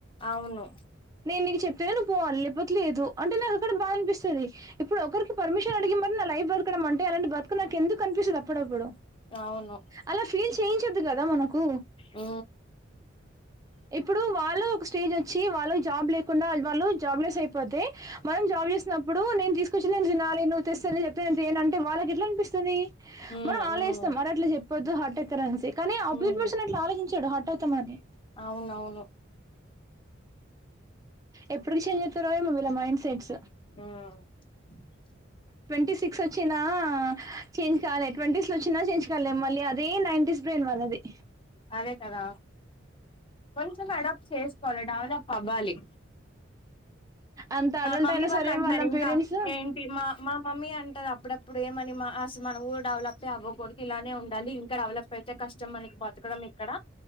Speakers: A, on the left; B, on the right.
A: అవును
B: నేను ఇది. చెప్పతేనే నవ్వు పోవాలి లేట్లేదు అంటే అక్కడ బాద అనిపిస్తది ఇప్పుడు ఒకరికి పర్మిషన్ అడిగి మరి నా లైఫ్. బతకడం అంటే అలాంటి బతుకు నాకు ఎందుకు అనిపిస్తది అప్పుడప్పుడు
A: అవును
B: అలా ఫీల్ చేయించద్దు. కదా మనకు.
A: ఆ.
B: ఇప్పుడు వాళ్ళు ఒక స్టేజ్ వచ్చి వాళ్ళు జాబ్ లేకుండా వాళ్ళు. జాబ్ లెస్ అయిపోతే మనం జాబ్ చేసినప్పుడు నేను తీసుకొచ్చిన తినాలి నువ్వు. తెస్తుంది చెప్తందింటే ఏనంటే వాళ్ళకి ఎట్లా అనిపిస్తది
A: ఉమ్
B: మనం ఆన్
A: ఉమ్
B: లో ఇస్తాం మరి అట్లా చెప్. వద్దు హార్ట్ట్రాన్స్ కానీ ఆపోజిట్
A: ఉమ్
B: పర్సన్ అట్లా ఆలోచించడు హట్వుతామని.
A: అవునవును.
B: ఎప్పుడు చేంజ్ చేస్తారో ఏమో వీళ్ల మైండ్ సెట్స్.
A: ఉమ్ <inaudible>
B: ట్వంటీ సిక్స్ వచ్చినా చేంజ్ కాలే ట్వంటీస్ లో వచ్చినా చేంజ్ కలే మళ్ళీ అ. అదే నైంటీస్ బ్రెన్ వాళ్లది.
A: అదే కదా. కొంచెం అడాప్ట్ చేసుకోవాలి డెవలప్ అవ్వాలి.
B: అంత
A: మా
B: అడల్ట్
A: మమ్మీ
B: అయినా
A: వాళ్ళు
B: సరే
A: అంటున్నారు
B: వాళ్ళ
A: ఇంకా
B: పేరెంట్స్
A: ఏంటి మా మా మమ్మీ అంటు. తుంటది అప్పుడప్పుడు ఏమని మహస్ మన ఊరు డెవలప్ ఏ అవ్వకదాడు ఇలానే ఉండాలి, ఇంకా డెవలప్ అయితే కష్టం అనీ. బతకడం ఇక్కడ